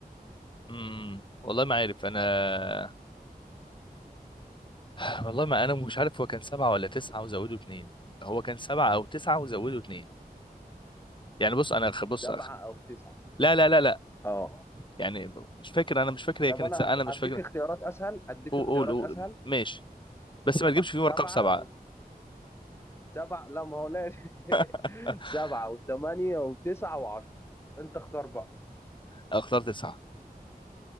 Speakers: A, on the left; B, on the left.
A: امم والله ما عارف انا <sighs> والله ما انا مش عارف هو كان سبعه ولا تسعه وزودوا اتنين هو كان سبعه او تسعه وزودوا اتنين يعني بص انا خ- بص
B: سبعة
A: أخ...
B: او تسعة
A: لا لا لا لا
B: اه
A: يعني مش فاكر انا مش فاكر هي
B: طب
A: كانت
B: انا
A: ساعة
B: هد-
A: انا مش
B: هديك
A: فاكر
B: اختيارات اسهل هديك
A: قول
B: اختيارات
A: قول قول
B: اسهل
A: ماشي بس ما
B: سبعة
A: تجيبش فيهم رقم
B: سبعة
A: سبعة
B: وسبعة لا ما هو لا
A: <laughs>
B: <laughs> سبعة وثمانية وتسعة وعشرة انت اختار بقى
A: اختار تسعة